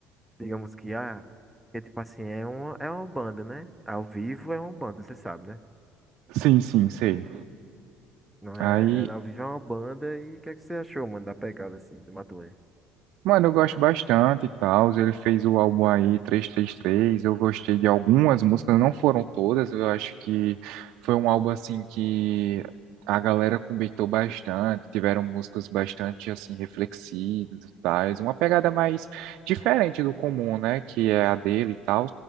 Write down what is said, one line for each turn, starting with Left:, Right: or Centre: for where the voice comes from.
Centre: digamos que, ah, que tipo assim, é uma, é uma banda, né? Ao vivo é uma banda, você sabe, né?
Right: Sim, sim, sei.
Centre: Não é,
Right: Aí,
Centre: é, ao vivo é uma banda e o que é que você achou, mano, da pegada, assim, do Matuê?
Right: Mano, eu gosto bastante e tal. Ele fez o álbum aí três três três Eu gostei de algumas músicas, não foram todas. Eu acho que foi um álbum assim que a galera comentou bastante. Tiveram músicas bastante assim reflexivas e tais. Uma pegada mais diferente do comum, né? Que é a dele e tal.